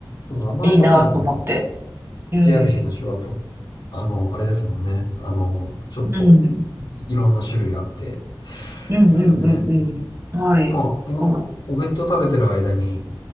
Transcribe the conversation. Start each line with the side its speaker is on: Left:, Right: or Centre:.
Left: 名前とかも
Right: いいなと思って。うん。
Left: JR 東はと、あの、あれですもんね。あの、ちょっと
Right: うん。
Left: いろんな種類あって、
Right: うんうんうんう
Left: ですよね。
Right: ん。はい。
Left: まあ、あの、
Right: あ、
Left: お弁当食べてる間に、